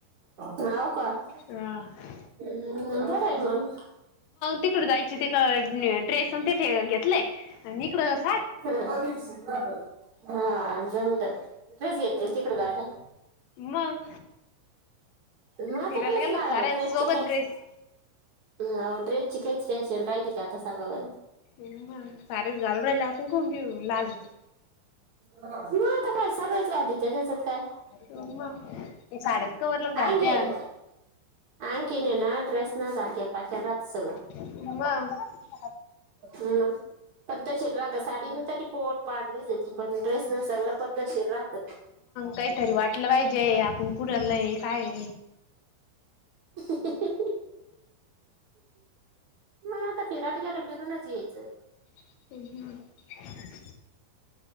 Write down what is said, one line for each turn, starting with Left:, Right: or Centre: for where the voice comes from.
Right: हाव का, अन..
Left: ह
Right: बरं ये मग
Left: तिकडं जायची, तिथं ड्रेस अन् तिथे घेतले, अन् इकडं ती
Right: <unintelligible> हा, जमतं ड्रेस घेतलेत तिकडं जायला
Left: मग
Right: मता
Left: फिरायला
Right: ड्रेस
Left: गेलो
Right: लाग,
Left: साऱ्या
Right: ड्रेस
Left: सोबत
Right: ची कायच
Left: ड्रेस
Right: हं ड्रेस िकच फॅशन राहते का आता सांगा बरं.
Left: हो, सारेच घालून राहिले, आपण कोण घेऊ, लाजच
Right: म आता काय सगळ्याच घालीत्यात, त्या त्याच्यात काय?
Left: ते साड्याच कवर लोक घालत्या.
Right: अकीन, अनखीन ये ना ड्रेस न झाक्यात पकेात सळ
Left: <unintelligible>
Right: हम्. पद्धतशीर राहत, साडीन तरी पोट, पाट दिसती पण ड्रेस न सगळं पद्धतशीर राहत.
Left: काहीतरी वाटलं पाहिजे, आपण पुढरलंय काय?
Right: हहहह. मग आता फिरत गेल फिरूनच यायचं.
Left: ह.